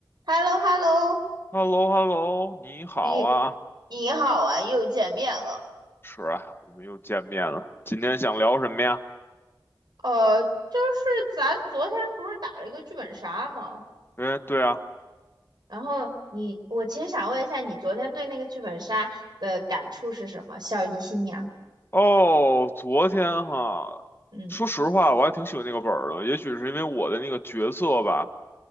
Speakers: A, on the right; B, on the left.
A: h e l l o h e l l o
B: h e l l o h e l l o 你好啊，
A: 你你好啊，又见面了。
B: 是啊，我们又见面了。今天想聊什么呀？
A: 呃，就是咱昨天不是打了一个剧本杀吗？
B: 哎，对啊，
A: 然后你，我其实想问一下，你昨天对那个剧本杀的感触是什么？孝仪新娘，
B: 哦，昨天哈，
A: 嗯
B: 说实话，我还挺喜欢那个本儿的。也许是因为我的那个角色吧，